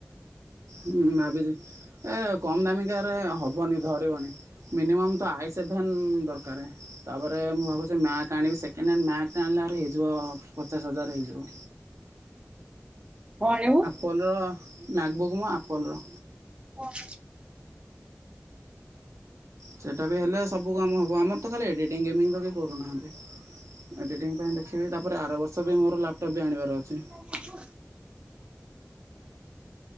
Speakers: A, on the right; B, on the right.
A: ହୁଁ ଭାବିଛି ଏ କମ୍ ଦାମିକାରେ ହବନି ଧରିବନି। ମିନିମମ୍ ତ ଆଇସେଭେନ୍ ଦରକାର। ତାପରେ ମୁଁ ଭାବୁଛି ମ୍ୟାକ୍ ଆଣିବି ସେକେଣ୍ଡ ହ୍ୟାଣ୍ଡ ମ୍ୟାକ୍ଟେ ଆଣିଲା ହେଇଯିବ ପଚାଶ ହଜାର ହେଇଯିବ।
B: କଣ ଆଣିବୁ?
A: ପୋଲୋ ନାଗବୁକ୍ ନୁହଁ ଆପଲର।
B: ଓ -
A: ସେଇଟା ବି ହେଲେ ସବୁ କାମ ହେବ ଆମର ତ ଖାଲି ଏଡିଟିଂ ଗେମିଙ୍ଗ ତ କେହି କରୁନାହାଁନ୍ତି ଏଡ଼ିଟିଂ ପାଇଁ ଦେଖ। ଖିବି ତାପରେ ଆର ବର୍ଷ ବି ମୋର ଲାପଟପ୍ ବି ଆଣିବାର ଅଛି।
B: <inaudible>